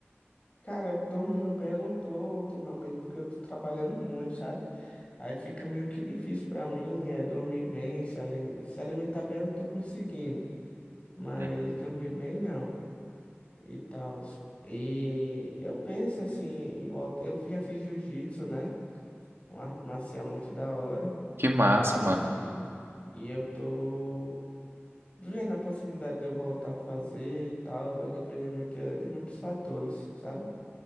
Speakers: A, on the left (about 25°); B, on the right (about 65°).
A: Cara, dormindo bem eu não tô ultimamente, porque eu tô trabalhando muito, sabe? Aí fica meio que difícil pra mim, é dormir bem, se ali- se alimentar bem eu tô conseguindo, mas
B: Uhum.
A: dormir bem não. E tal. E eu penso assim, em volta. Eu já fiz jiu-jitsu, né? uma arte marcial muito da hora.
B: Que massa,
A: E,
B: mano.
A: e, e eu tô vendo a possibilidade de eu voltar a fazer e tal. Vai depender muito eh, de muitos fatores, sabe?